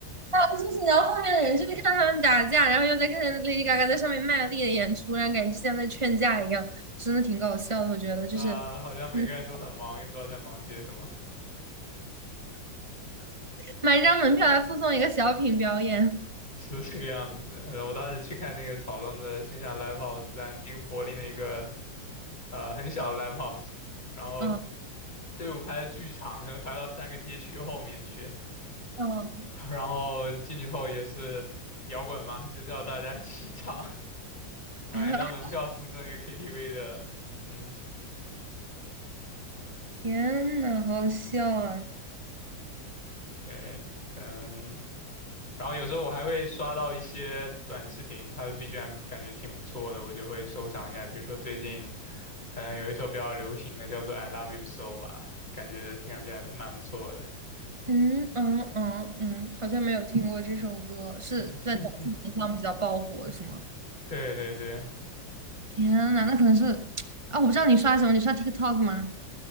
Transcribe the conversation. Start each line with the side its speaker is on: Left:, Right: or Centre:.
Right: 笑，就是然后后面的人就在看他们打架，然后又在看 Lady Gaga 在上面卖力的演出，然后感觉就像在劝架一样，真的挺搞笑的，我觉得就是，
Left: <laughs> 呃，好像每个人都很忙，
Right: 嗯，
Left: 又不知道在忙些什么，
Right: 买一张门票来附送一个小品表演，
Left: 是这个样子。呃我当时去看那个草东的线下 live house，在一个柏林的一个呃很小的 live house，然后
Right: 嗯。
Left: 队伍排的巨长，可能排到三个街区后面去。
Right: 哦
Left: <laughs> 然后进去后也是摇滚嘛，就是要大家一起唱，<laughs> 买一张门票附赠一个
Right: 啊！
Left: KTV 的，嗯，
Right: 天呐，好笑啊！
Left: 对，可能。然后有时候我还会刷到一些短视频，它的 BGM 感觉挺不错的，我就会收藏一下。比如说最近可能有一首比较流行的叫做《I Love You So》啊，感觉听上去还蛮不错的。
Right: 嗯嗯嗯嗯，好像没有听过这首歌，是在短视频上比较爆火，
Left: <laughs>
Right: 是吗？
Left: 对对对，
Right: 天呐，那可能是 <tsk> 啊，我不知道你刷什么，你刷 TikTok 吗？